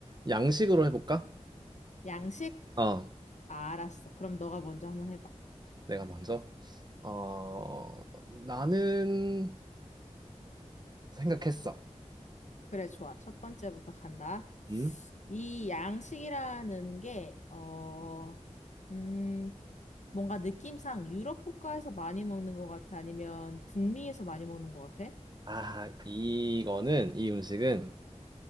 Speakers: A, on the right; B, on the left.
A: 양식으로 해볼까?
B: 양식?
A: 어,
B: 아, 알았어. 그럼 너가 먼저 한번 해봐.
A: 내가 먼저. 어, 나는 생각했어.
B: 그래, 좋아. 첫 번째부터 간다.
A: 음?
B: 이 양식이라는 게, 어, 음, 뭔가 느낌상 유럽 국가에서 많이 먹는 것 같아? 아니면 북미에서 많이 먹는 것 같아?
A: 아, 이거는, 이 음식은